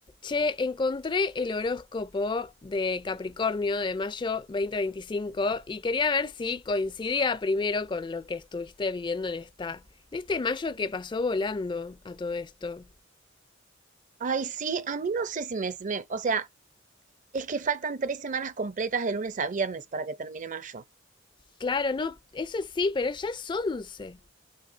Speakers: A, on the left; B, on the right.
A: Che, encontré el horóscopo de Capricornio de mayo 2025 y quería ver si coincidía primero con lo que estuviste viviendo en esta, en este mayo que pasó volando a todo esto.
B: Ay, sí, a mí no sé si me, me- O sea, es que faltan tres semanas completas de lunes a viernes para que termine mayo.
A: Claro, no, eso sí, pero ya es once.